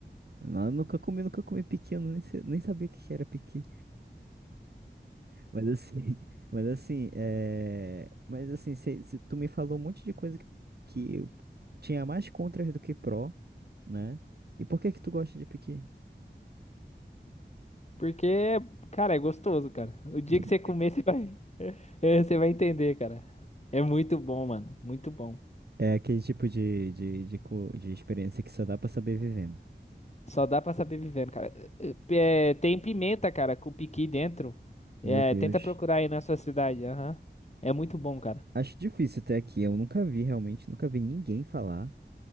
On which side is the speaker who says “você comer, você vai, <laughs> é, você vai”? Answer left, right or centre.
Left